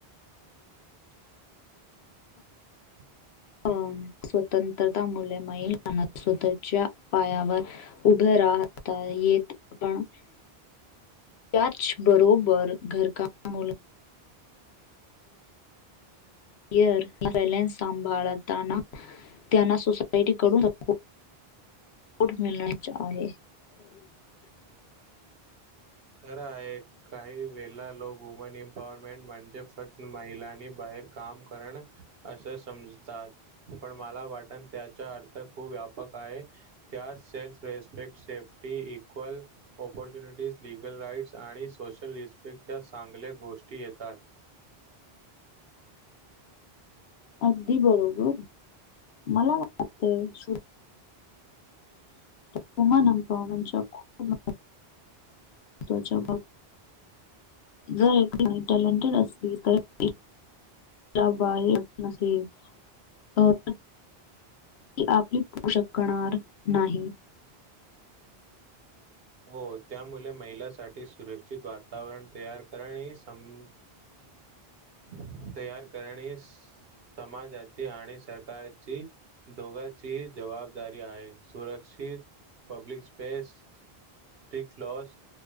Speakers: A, on the right (about 70°); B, on the left (about 85°).
A: <unintelligible> <inaudible>
B: अ स्वतंत्रता मुले महिलाना स्वतःच्या पायावर उभे राहा <unintelligible> येत आपण <unintelligible>
A: ह
B: <inaudible>
A: <unintelligible> <inaudible>
B: त्याच बरोबर घरका मुला <unintelligible> <inaudible> र पले सांभाळताना <unintelligible> <inaudible> त्यांना सोसायटीकडून <unintelligible> <unintelligible> <unintelligible> <inaudible> <unintelligible> ट मिळण चहे <unintelligible> <inaudible>
A: खर आहे काही वेळेला लोक वुमन एम्पवरमेंट म्हणजे <unintelligible> <inaudible> फक्त महिलांनी बाहेर काम करण असं समजतात पण मला वाट <inaudible> त्याचा अर्थ खूप व्यापक आहे त्यात self respect safety equal <unintelligible> <inaudible> opportunities legal rights आणि सोशल रिस्पेक्टच्या चांगल्या गोष्टी येतात <unintelligible> <inaudible> <unintelligible> <inaudible>
B: अगदी बरोबर मला वाटत सु <unintelligible> <inaudible> कुमानमवच्या खूप <unintelligible> <inaudible> महच्या भा जर एकणी टॅलेंटेड असली तर <unintelligible> <inaudible> अला बाई अब नसर अ <unintelligible> <inaudible> ती आपली पोषकणार नाही <inaudible> <unintelligible> <unintelligible>
A: हो त्यामुळे महिलासाठी सुरक्षित वातावरण तयार कणे स <unintelligible> तयार करणे स <unintelligible> समाजाची आणि सरकारची दोघांची जबाबदारी आहे सुरक्षित <unintelligible> <inaudible> public space strict laws